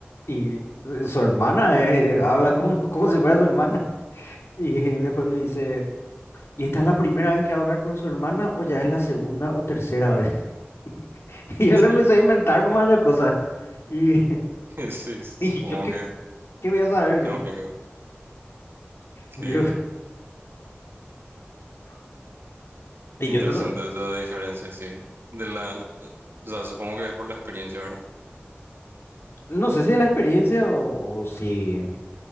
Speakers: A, on the left; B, on the right.
A: y su su hermana eh, habla como, como si fuera su hermana. <laughs> Y después me dice, ¿y esta es la primera vez que va a hablar con su hermana o ya es la segunda o tercera vez? <laughs> Y yo
B: Sí,
A: le empecé a inventar nomás ya cosas. Y, <laughs>
B: sí, supongo
A: y yo, ¿qué,
B: que
A: qué voy a saber yo?
B: lo único que,
A: Yo, y
B: que
A: yo
B: interesante
A: no sé,
B: es la diferencia, sí. De la, o sea, supongo que es por la experiencia, ¿verdad?
A: no sé si es la experiencia o, o si...